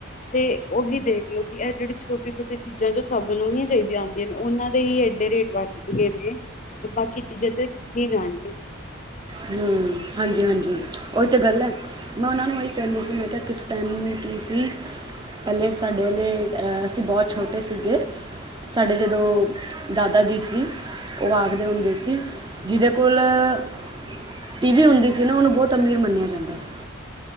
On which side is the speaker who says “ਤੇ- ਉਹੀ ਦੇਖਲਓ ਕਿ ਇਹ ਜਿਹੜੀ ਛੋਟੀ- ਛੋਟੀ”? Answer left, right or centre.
Left